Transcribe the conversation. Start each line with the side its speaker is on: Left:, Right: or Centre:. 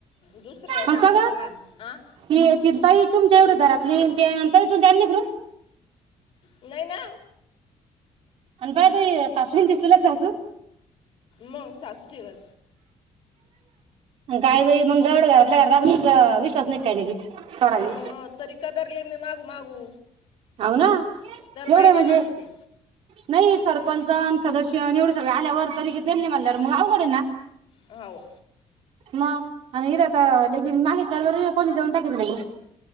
Left: दुसरं
Right: अन
Left: काम
Right: का ग
Left: करणे मला आ
Right: ते ती ताई तुमच्या एवढ घरातली तेन त्यांनी तरी पण ग्रुप
Left: नाही ना
Right: अन पाय ते सासूना तूही चुलत सासू
Left: मग सासू ठेवण
Right: अन काय बाई मंग एवढं घरातल्या घरात असूनही हिचा अजून विश्वास नाही का काय लगी थोडा
Left: हं
Right: बी
Left: हं तरी कदरले मी मागून मागऊ
Right: हाव ना एवढं
Left: महिन्यालाच
Right: म्हणजे
Left: येते
Right: नाही सरपंच अन सदस्य आणि एवढं सगळे आल्यावर तरी बी त्यांनी म्हणल्यावर मग अवघडये ना?
Left: हाव
Right: मग अन इथं त लेगीन मागितलं तरी कोणी देऊन टाकीत लेगीज